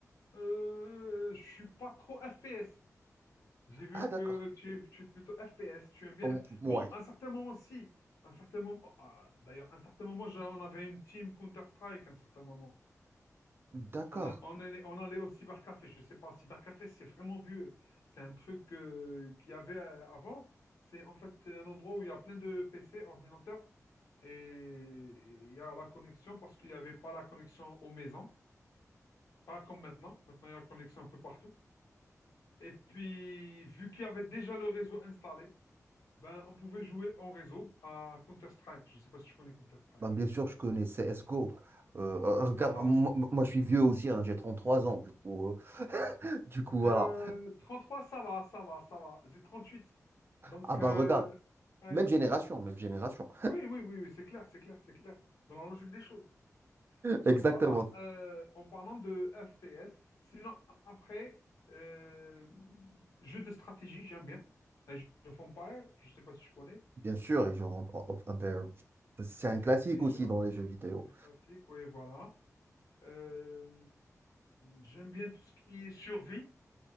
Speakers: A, on the left; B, on the right.
A: Euh, je suis pas trop FPS. J'ai vu
B: Ah, d'accord.
A: que tu es, tu es plutôt FPS, tu aimes bien.
B: Hum, ouais,
A: Bon, à un certain moment, si. À Un certain moment, oh, ah, d'ailleurs, à un certain moment, j'ai- on avait une team Counter-Strike, à un certain moment.
B: d'accord.
A: On, a- on allait, on allait au cybercafé. Je sais pas, cybercafé, c'est vraiment vieux. C'est un truc euh, qu'il y avait euh, avant. C'est en fait un endroit où il y a plein de PC, ordinateurs, et il y a la connexion parce qu'il n'y avait pas la connexion aux maisons. Pas comme maintenant. Maintenant, il y a la connexion un peu partout. Et puis, vu qu'il y avait déjà le réseau installé, ben, on pouvait jouer en réseau à Counter-Strike. Je ne sais pas si tu connais Counter-Strike.
B: Ben, bien sûr, je connais CSGO. Euh, euh, regarde,
A: Voilà.
B: moi, moi- moi, je suis vieux aussi, hein, j'ai 33 ans, du coup, euh, <laughs> du coup, voilà.
A: Euh, 33, ça va, ça va, ça va. J'ai 38. Donc,
B: Ah, bah,
A: euh,
B: regarde,
A: ouais.
B: même génération, même génération.
A: Oui, oui, oui, oui, c'est clair, c'est clair, c'est clair. Dans la logique des choses.
B: Exactement.
A: Donc voilà, euh, en parlant de FPS, sinon après, euh, jeu de stratégie, j'aime bien. Euh, Age of Empires, je ne sais pas si tu connais.
B: Bien sûr, et je rentre en- en- un peu- C'est
A: et,
B: un classique
A: et
B: aussi
A: j'offre
B: dans les jeux vidéo.
A: les classiques, oui, voilà. Euh, j'aime bien tout ce qui est survie.